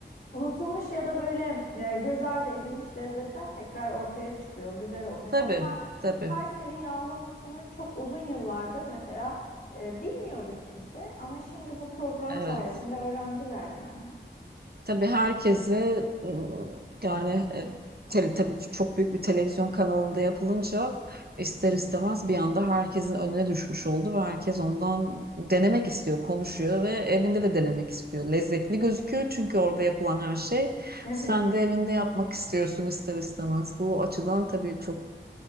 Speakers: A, on the left (about 55°); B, on the right (about 55°).
A: Unutulmuş ya da böyle e, göz ardı edilmiş lezzetler tekrar ortaya çıkıyor. Güzel oluyor. Mesela
B: Tabii
A: Ka-
B: tabii.
A: Kayseri yağlamasını çok uzun yıllardır mesela e, bilmiyordu kimse ama şimdi bu program
B: Evet.
A: sayesinde öğrendiler yani.
B: Tabii herkesi ıı, yani e, tele- tabii ki çok büyük bir televizyon kanalında yapılınca ister istemez bir anda herkesin önüne düşmüş oldu ve herkes ondan denemek istiyor, konuşuyor ve evinde de denemek istiyor. Lezzetli gözüküyor çünkü orada yapılan her şey.
A: Evet.
B: Sen de evinde yapmak istiyorsun ister istemez. Bu açıdan tabii çok